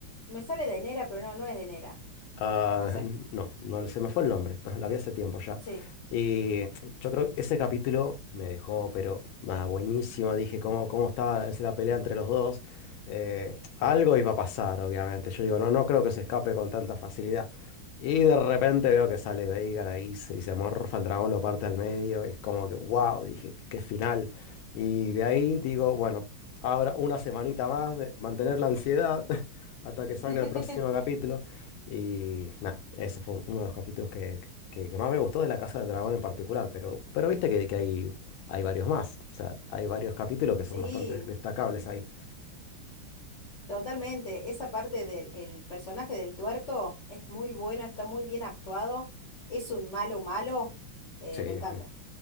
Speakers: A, on the left; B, on the left.
A: Me sale de Nera, pero no, no es de Nera.
B: Ah,
A: No sé.
B: no, no se me fue el nombre, <laughs> la vi hace tiempo ya.
A: Sí.
B: Y yo creo que ese capítulo me dejó, pero ah, buenísimo. Dije cómo, cómo estaba esa- la pelea entre los dos. Eh, algo iba a pasar, obviamente. Yo digo, no, no creo que se escape con tanta facilidad. Y de repente veo que sale Veigar ahí se- y se amorfa el dragón, lo parte al medio. Y es como que, wow, dije, qué, qué final. Y de ahí digo, bueno, ahora una semanita más de mantener la ansiedad <laughs> hasta que
A: <laughs>
B: salga el próximo capítulo. Y nada, ese fue uno de los capítulos que, que- que más me gustó de La Casa del Dragón en particular, pero, pero viste que, que hay, hay varios más. O sea, hay varios capítulos que son
A: Sí,
B: bastante destacables ahí.
A: Totalmente, esa parte del el personaje del tuerto es muy bueno, está muy bien actuado, es un malo malo, eh,
B: Sí,
A: me encanta.